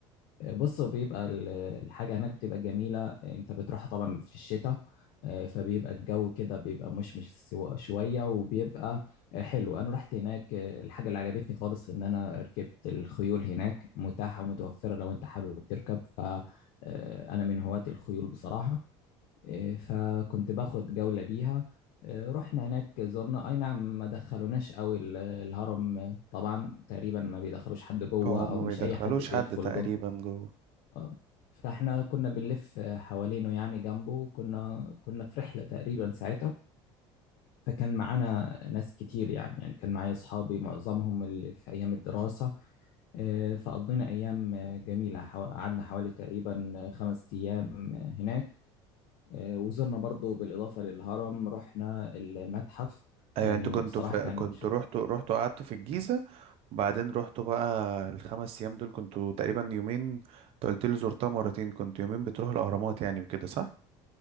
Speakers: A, on the left; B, on the right.
A: بص هو بيبقى ال- الحاجة هناك بتبقى جميلة انت بتروحها طبعا في الشتاء آه، فبيبقى الجو كده بيبقى مشمش سو- شوية وبيبقى آه، حلو انا رحت هناك آه، الحاجة اللي عجبتني خالص ان انا ركبت الخيول هناك متاحة ومتوفرة لو انت حابب تركب فانا من هواة الخيول بصراحة آه، فكنت باخد جولة بيها آه، رحنا هناك زرنا اي نعم ما دخلوناش قوي ال- الهرم آه، طبعا تقريبا ما بيدخلوش حد جوه
B: هو
A: او
B: ما
A: مش
B: بيدخلوش
A: اي حد بيدخل
B: حد تقريبا
A: جوه
B: جوه
A: اه فاحنا كنا بنلف حوالينه يعني جنبه وكنا كنا في رحلة تقريبا ساعتها فكان معانا ناس كتير يعني يعني كان معايا اصحابي معظمهم اللي في ايام الدراسة آه، فقضينا ايام آه، جميلة حوا- قعدنا حوالي تقريبا آه، خمس ايام آه، هناك آه، وزرنا برضو بالاضافة للهرم رحنا المتحف
B: ايوه
A: يعني
B: انتوا كنتوا
A: بصراحة
B: في
A: كان
B: كنتوا
A: شوف
B: رحتوا رحتوا قعدتوا في الجيزه وبعدين رحتوا بقى الخمس ايام دول كنتوا تقريبا يومين انت قلت لي زرتها مرتين كنت يومين بتروح الاهرامات يعني وكده صح